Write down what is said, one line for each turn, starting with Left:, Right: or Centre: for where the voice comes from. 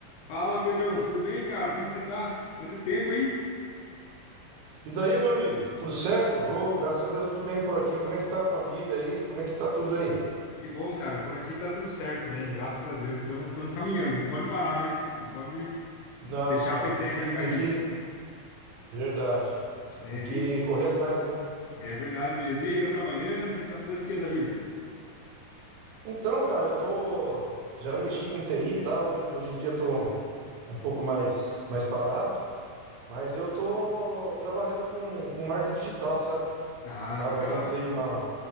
Left: Fala, Pedrão, tudo bem, cara? Como que você tá? Quanto tempo, hein?
Right: E daí, meu amigo, tudo certo? Ô, graças a Deus, tudo bem por aqui. Como é que tá a família aí? Como é que tá tudo aí?
Left: Que bom, cara. Por aqui tá tudo certo também, graças a Deus. Estamos caminhando, não pode parar, né? Não pode
Right: Não,
Left: deixar
Right: não,
Left: a peteca
Right: tem que,
Left: cair.
Right: tem que, verdade.
Left: É,
Right: Tem que
Left: e
Right: correr atrás, né?
Left: é verdade mesmo. E aí, tá trabalhando? Tá fazendo o que da vida?
Right: Então, cara, eu tô já mexi com TI, tá? Hoje, hoje em dia eu tô um pouco mais mais parado, mas eu tô trabalhando com com marketing digital, sabe?
Left: Ah,
Right: Tava
Left: legal.
Right: montei uma